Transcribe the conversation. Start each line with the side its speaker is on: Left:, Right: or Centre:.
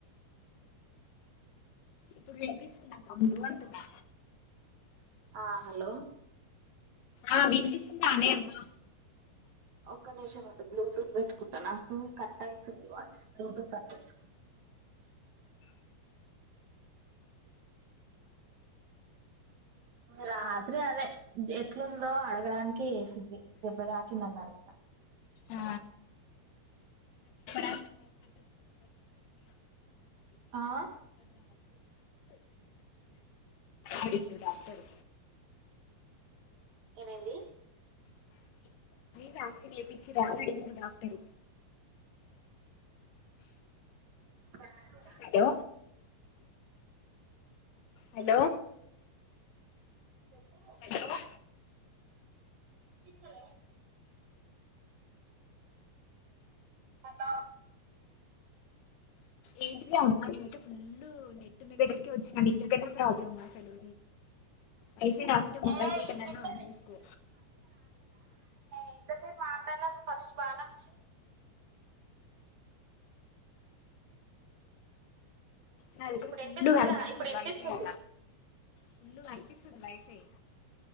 Left: ఇప్పుడు వినిపిస్తున్నా సౌండు అంటున్నా
Right: ఆ హలో
Left: ఆ వినిపిస్తుందానే అమ్మ
Right: ఒక్క నిమిషండి బ్లూటూత్ పెట్టుకుంటా నాకు కట్ అయితుంది వాయిస్ బ్లూటూత్ అన్న పెట్ రాత్రి అదే ఎట్లుందో అడగడానికి వేసింది దెబ్బ తాకిందన్నారు కదా
Left: ఆ <unintelligible> <unintelligible>
Right: ఆ
Left: ఎయిటీన్ డాక్టరు
Right: ఏమైంది
Left: వక్సిన్ వేపించిర్రా అని అడిగిండు డాక్టరు
Right: వాక్సో
Left: హలో హలో
Right: చెప్పు
Left: హలో
Right: వినిపిస్తలే హలో
Left: ఏంటిది అమ్మా నేనయితే ఫుల్ నెట్ ఉన్న దగ్గరికే వచ్చి నీ దగ్గరనే ప్రాబ్లమ్స అసలు వైఫై రాకుంటే మొబైల్
Right: ఏ
Left: డేట అన
Right: ఇంత
Left: ఆన్ చేసుకో
Right: ఎంతసేపు మాట్లాడాలప్పుడు ఫస్ట్ బటన్ వచ్చింది
Left: నా దగ్గర
Right: ఇప్పుడు
Left: ఫుల్లు
Right: వినిపిస్తుందిగా
Left: కనిపిస్తుంది
Right: ఇప్పుడు వినిపిస్తుంది
Left: వైఫై ఈడ ఫుల్గా కనిపిస్తుంది వైఫై